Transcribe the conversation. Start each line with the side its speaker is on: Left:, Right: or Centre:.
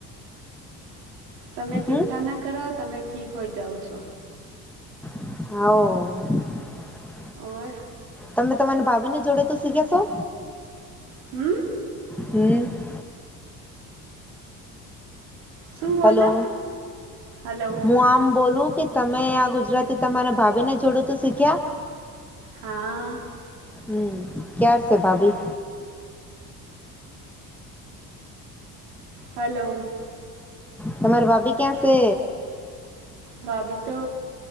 Right: તમે ચિંતા
Centre: હમ
Right: ના કરો, તમે ઠીક હોય, જાાવ છો
Centre: હાઓ
Right: ઓર
Centre: તમે તમારી ભાભીને જોડે, તો શીખ્યા છો.
Right: હમ્મ.
Centre: હમ
Right: શું બોલો
Centre: હેલો,
Right: હલો
Centre: મુઆમ બોલું કે. તમે આ ગુજરાતી તમારા ભાભી ને જોડું તું શીખ્યા
Right: હા
Centre: હમ ક્યાર છે, ભાભી.
Right: હલો
Centre: તમાર ભાભી ક્યાં છે.
Right: ભાભી, તો